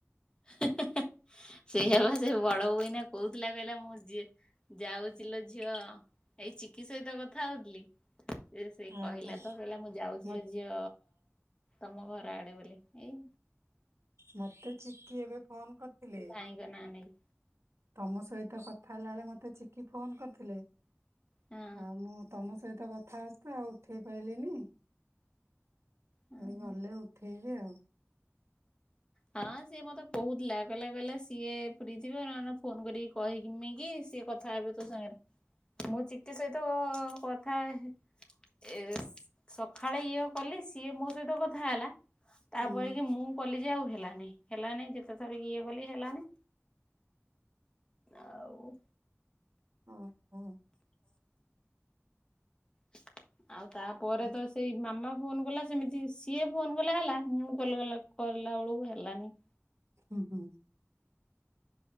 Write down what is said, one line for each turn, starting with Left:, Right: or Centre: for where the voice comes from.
Left: <inaudible> ସେଇଆ ବା ସେ ବଡବୋଉ ଏଇନା କହୁଥିଲା କହିଲା ମୁଁ ଜି ଯାଉଛି ଝିଅ ଏଇ ଚିକି ସହିତ କଥା ହଉଥିଲି। ସେ ସେଇ
Right: ଓହୋ
Left: କହିଲା ତ କହିଲା ମୁଁ ଯାଉଚି
Right: ମତେ
Left: ଲୋ ଝିଅ ତମ ଘର ଆଡେ ବୋଲି ଏଇ
Right: ମତେ ଚିକିକି ଏବେ ଫୋନ କରିଥିଲେ
Left: ଭାଇଙ୍କ ନାଁ ନେଇକି
Right: <inaudible> ତମ ସହିତ କଥା ହେଲା ବଳେ ମତେ ମୋତେ ଚିକି ଫୋନ କରିଥିଲେ।
Left: ହଁ
Right: ଆଉ ମୁଁ ତମ ସହିତ କଥା ହୋଉଚି ଆଉ ଉଠେଇ ପାରଲିିନି। ଏଇ
Left: ହଁ।
Right: ଗଲେ ଉଠେଇବି ଆଉ। <inaudible>
Left: ହଁ ସିଏ ମତେ କହୁଥିଲା, କହିଲା କହିଲା ସିଏ ଫ୍ରି ଥିବ ନ ଫୋନ କରିକି କହିକିମ କି ସିଏ କଥା ହେବେ ତୋ ସାଙ୍ଗରେ ମୁଁ ଚିକେ ସହିତ କଥା ଏ ସକାଳେ ଇଏ କଲି ସିଏ ମୋ ସହିତ କଥା ହେଲା। ତାପରେ
Right: ହୁଁ
Left: କି ମୁଁ କଲି ଯେ ଆଉ ହେ ହେଲାନି ହେଲାନି ଯେତେଥର ଇଏ ବୋଲି ହେଲାନି ଆଉ
Right: ହଁ ହଁ
Left: <unintelligible> ଆଉ ତାପରେ
Right: ହଉ
Left: ତ ସେଇ ମାମା ଫୋନ କଲା ସେମିତି ସିଏ ଫୋନ କଲା ହେଲା ମୁଁ କଲା ବେଳକୁ ହେଲାନି।
Right: ହୁଁ ହୁଁ